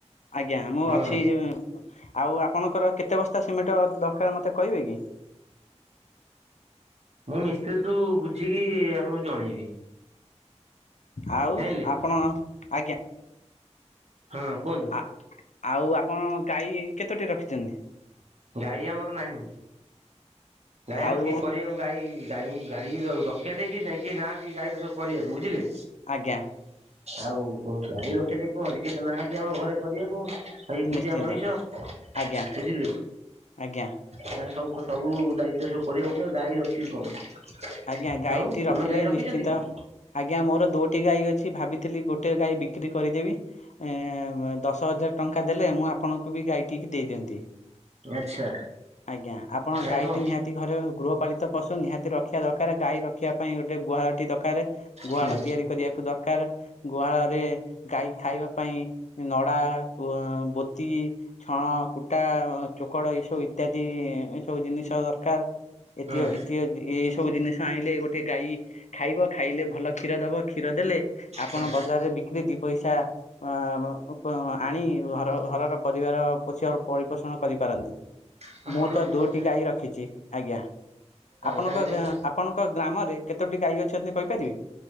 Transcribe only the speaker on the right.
ହଁ।
ମୁଁ ମିସ୍ତ୍ରୀଠୁ ବୁଝିକି ଆପଣଙ୍କୁ ଜଣେଇବି।
ଜାଣିଲେ
ହଁ କୁହନ୍ତୁ।
ଗାଈ ଆମର ନାହିଁ ଗାଈ
ଆମର କିଏ କରିବାକୁ ଗାଈ ଗାଈ ଗାଈର ରଖିବା ପାଇଁ କିଛି ନାହିଁ କେହି ନାହାନ୍ତି ଗାଈର ସବୁ କରିବାକୁ ବୁଝିଲେ।
ଆଉ କଁ ଗାଈ ରଖିବା ଟେଇ କଣ ଅଛି କେହି ତ ନାହାନ୍ତି ଆମ ଘରେ କରିବାକୁ। ତାଇ ଏକୁଟିଆ
ମଣିଷ
ବୁଝିଲେ।
ଏରା ସବୁ କ ସବୁ ଦାୟିତ୍ଵ ସବୁ କରିବାକୁ <unintelligible> ଗାଈ ରଖିବି କଣ।
ଆଉ
ତମେ ଗାଈ ରଖିଚନ୍ତି
କି?
ଆଚ୍ଛା
ଗାଈ
କଣ
ହୁଁ
ହଁ
ହଁ।
ହଁ
ଭଲ
ହୁଅନ୍ତା
ଗାଈ ସହିତ